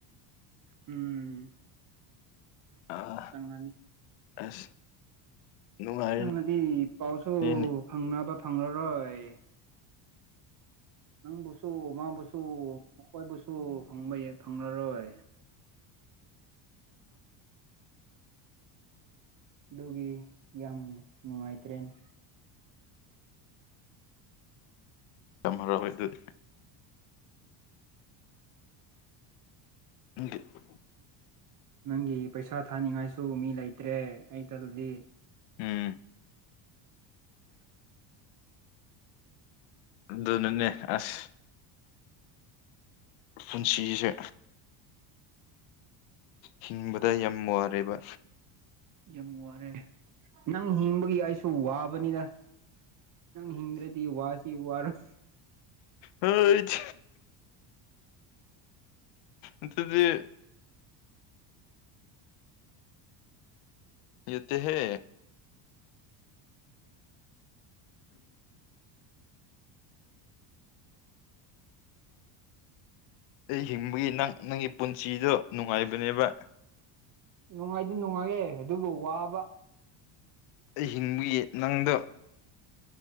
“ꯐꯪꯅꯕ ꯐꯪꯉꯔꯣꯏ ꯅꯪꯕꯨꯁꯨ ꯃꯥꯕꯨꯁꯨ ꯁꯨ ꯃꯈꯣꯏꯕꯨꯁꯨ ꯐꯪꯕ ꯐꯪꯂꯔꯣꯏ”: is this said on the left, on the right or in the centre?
Right